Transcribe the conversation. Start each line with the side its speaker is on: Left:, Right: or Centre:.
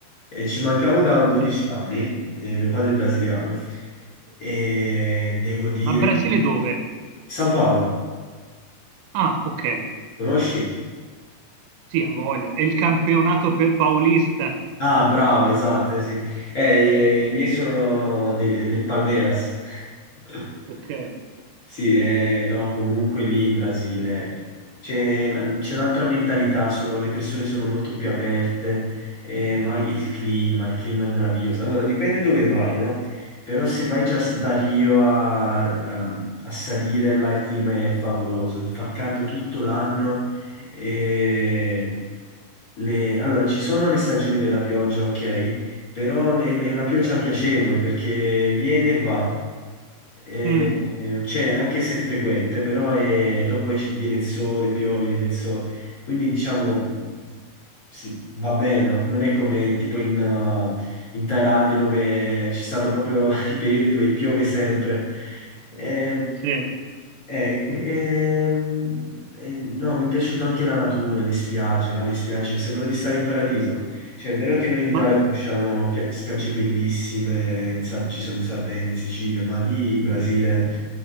Left: e ci mancavo da un 12
Right: Eh,
Left: anni, e mio padre è brasiliano, e devo dire
Right: Ma Brasile
Left: che...
Right: dove?
Left: San Paolo,
Right: Ah, ok.
Left: conosci?
Right: Sì, ha voglia. È il campionato per paulista.
Left: Ah, bravo, esatto, eh sì. Eh, eh, i miei sono de- del Palmeiras. <laughs>
Right: Ok.
Left: Sì, eh, no, comunque lì in Brasile c'è mhmm, c'è un'altra mentalità, sono- le persone sono molto più aperte, eh, ma il clima, il clima è meraviglioso. Allora, dipende dove vai, no? Però se vai già s- da Rio a, a- a salire, là il clima è favoloso, fa caldo tutto l'anno. e le- Allora, ci sono le stagioni della pioggia, ok? Però è è una pioggia piacevole perché viene e va. E,
Right: Mm,
Left: ehm, cioè, anche se è frequente, però eh, dopo esce- viene il sole, piove, viene il sole. Quindi diciamo, sì, va bene, no? non è come tipo in, eh, in Thailandia dove ci stanno proprio <laughs> i periodi dove piove sempre. Ehm,
Right: sì.
Left: eh, que- ehm, eh, no, mi è piaciuta anche la natura, le spiagge, là, le spiagge, sembra di stare in paradiso. Cioè, è vero che noi in Italia
Right: Ma
Left: conosciamo pia- spiagge bellissime, in Sa- ci sono in Sardegna, in Sicilia, ma lì in Brasile